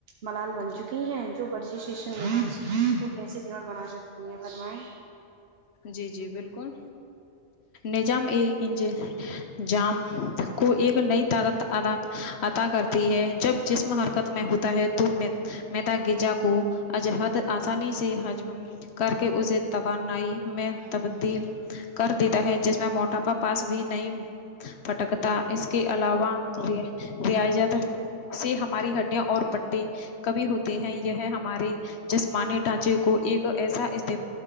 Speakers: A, on the right (about 65°); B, on the left (about 70°).
A: ملال بن
B: جی
A: چکی ہیں جو شن کو کیسے دڑ بنا سکتی ہیں فرمائیں
B: جی جی بالکل نجام اے انج جام کو ایک نئی طاقت ادا عطا کرتی ہے جب جسم حرکت میں ہوتا ہے تو میدا گجا کو عجہد آسانی سے حجم کر کے اسے توانائی میں تبدیل کر دیتا ہے جس میں موٹاپا پاس بھی نہیں پٹکتا اس کے علاوہ ریاضت سے ہماری ہڈیاں اور پٹیے کبھی ہوتے ہیں یہ ہمارے جسمانی ڈھانچے کو ایک ایسااستے